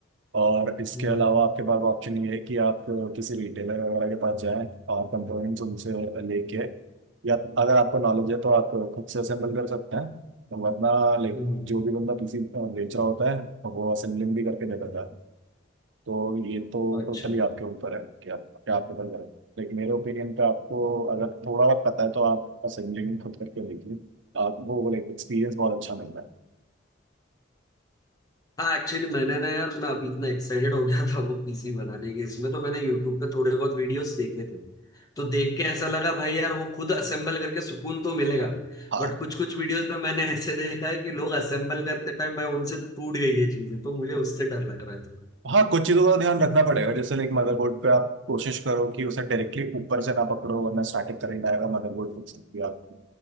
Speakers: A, on the right; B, on the left.
A: और इसके
B: हम्म
A: अलावा
B: हम्म
A: आपके पास ऑप्शन ये है कि आप अ, किसी रिटेलर वगैरह के पास जाएं और कंपोनेंट्स उनसे लेके या अगर आपको नॉलेज है तो आप खुद से असेंबल कर सकते हैं वरना लाइक
B: हम्म,
A: जो भी बंदा पीसी बेच रहा होता है वो असेंबलिंग भी करके
B: हम्म।
A: दे देता है तो ये तो
B: अच्छा
A: टोटली आपके ऊपर है कि आप क्या आप प्रेफर करें लेकिन मेरे ओपिनियन पे आपको अगर थोड़ा बहुत पता है तो आप असेंबलिंग खुद करके देखिए आप वो लाइक एक्सपीरियंस बहुत अच्छा मिल रहा है
B: हाँ एक्चुअली मैंने ना यार मैं अभी इतना एक्साइटेड हो गया था वो पीसी बनाने के इसमें तो मैंने यूट्यूब पे थोड़े बहुत वीडियोस देखे थे तो देख के ऐसा लगा भाई यार वो खुद असेंबल करके सुकून तो मिलेगा
A: हाँ
B: बट कुछ कुछ वीडियोस में मैंने ऐसे देखा है कि लोग असेंबल करते टाइम भाई उनसे टूट गई ये चीजें तो मुझे उससे डर लग रहा है थोड़ा
A: हाँ कुछ चीज़ों का ध्यान रखना पड़ेगा जैसे लाइक मदरबोर्ड पे आप कोशिश करो कि उसे डायरेक्टली ऊपर से ना पकड़ो वरना स्टैटिक करंट आएगा मदरबोर्ड फूक सकती है आपकी